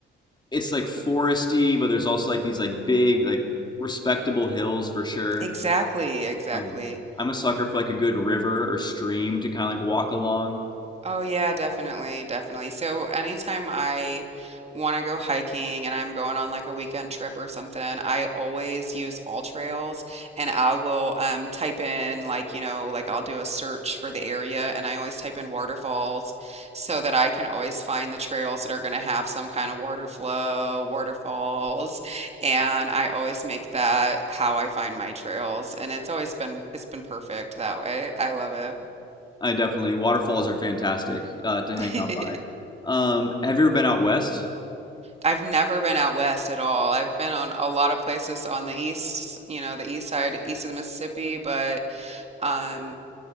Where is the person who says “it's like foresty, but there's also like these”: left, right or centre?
Left